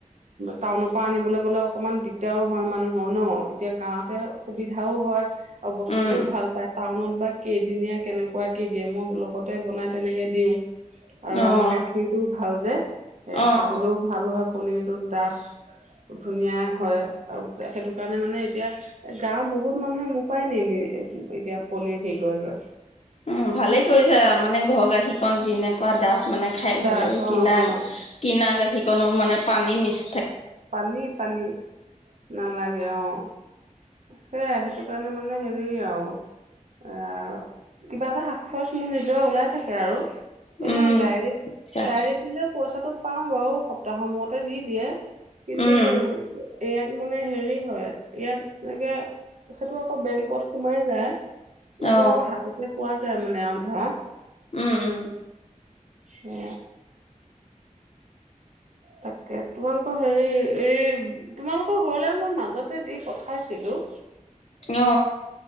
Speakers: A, on the right; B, on the left.
A: টাউনৰ পৰা আনিবলৈ গ'লে অকমান দিগদাৰো হয় মানুহৰ ন। এতিয়া গাঁৱতে সুবিধা। খাবও হয়। অ বস্তুতটোও
B: উম,
A: ভাল পায় টাউনত। বা কেইদিনীয়া কেনেকুৱা কেইদিয়ে মই লগতে বনাই তেনেকে দিও। আৰু
B: অ',
A: আমাৰ গাখীৰতটো। ভাল যে। এ
B: অ'।
A: খাবলৈও ভাল হয়। পনিৰটো ডাঠ ধুনীয়া হয় আৰু সেইটো কাৰণে মানে এতিয়া গাঁওৰ বহুত মানুহে মোপায় নি নি এতিয়া পনিৰ হেৰি কৰে লৈ
B: উম ভালে কৰিছা মানে ঘৰ গাখীৰকন যেনেকুৱা দাঠ। মানে খাই ভাল
A: দাচ
B: লাগে
A: অ
B: কিনা
A: অ
B: কিনা গাখীৰকণো মানে। পানী মিশ্ৰ।
A: পানি পানি নালাগে অ। সেইয়াই সেইটো কাৰণে মানে হেৰি আৰু এ কিবা এটা হাত খৰচ মোৰ নিজে ওলাই থাকে আৰু। এনে
B: উম
A: ডাইৰেক্ট
B: আচ্ছা
A: ডাইৰেক্ট দিলে পইচাটো। পাওঁ বাৰু সপ্তাহৰ মূতে দি দিয়ে। কিন্তু।
B: উম
A: ইয়াত মানে হেৰি হয় ইয়াত। এনেকে সেইটো আকৌ বেংকত সোমাই যায়। এইটো
B: অ
A: আকৌ হাততে পোৱা যায় মানে। হা।
B: উম, উম
A: সে তাকে তোমালোকৰ হেৰি এই তোমালোকৰ ঘৰলে মই মাজতে দি। উঠাইছিলো।
B: অ